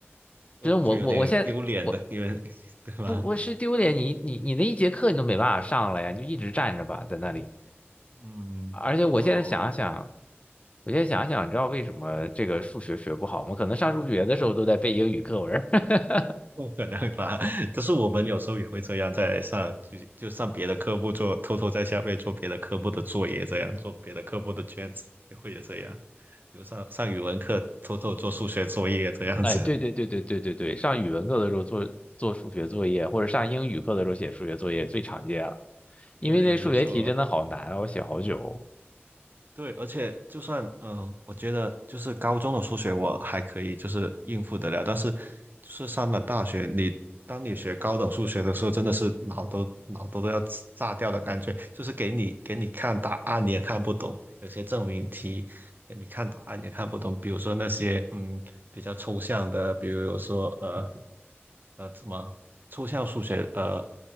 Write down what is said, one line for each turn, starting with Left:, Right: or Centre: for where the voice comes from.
Right: 就就有点丢脸的，
Left: 真我我我现在我
Right: 因为 <laughs> 对吧？
Left: 不我是丢脸，你你你那一节课你都没办法上了呀，你就一直站着吧，在那里。
Right: 嗯，
Left: 而且我现在想想，
Right: 但是我
Left: 我现在想想，你知道为什么这个数学学不好吗？可能上数学的时候都在背英语课文儿。<laughs>
Right: 不可能吧？<laughs> 就是我们有时候也会这样，在上就就上别的科目做，偷偷在下面做别的科目的作业，这样做别的科目的卷子，也会也这样。比如上上语文课，偷偷做数学作业这样子。
Left: 哎，对对对对对对对，
Right: <laughs>
Left: 上语文课的时候做做数学作业，或者上英语课的时候写数学作业最常见了，因为那数学题真的好难啊，
Right: 对，没错。
Left: 我写好久。
Right: 对，而且就算嗯、呃我觉得就是高中的数学我还可以，就是应付得了，但是就是上了大学，你当你学高等数学的时候，真的是脑都脑都都要炸掉的感觉，就是给你给你看答案你也看不懂，有些证明题给你看答案也看不懂，比如说那些嗯比较抽象的，比如说呃呃怎么抽象数学呃